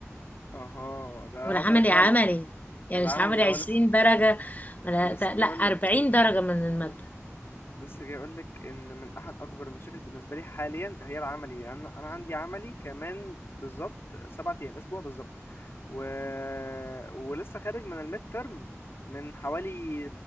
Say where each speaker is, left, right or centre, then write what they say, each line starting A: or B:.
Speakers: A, on the left; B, on the left.
A: اها ده انا
B: والعملي
A: عايز اقولك بقى
B: عملي يعني
A: العملي
B: مش عملي
A: اه
B: 20
A: لسه
B: درجة ولا
A: لسه
B: ت- لا
A: جاي اقول
B: 40
A: لك
B: درجة من المادة
A: لسه جاي اقول لك ان من احد اكبر المشاكل بالنسبه لي حاليا هي العملي يعني انا أنا عندي عملي كمان بالظبط سبعة ايام اسبوع بالظبط و... ولسه خارج من الميد ترم من حوالي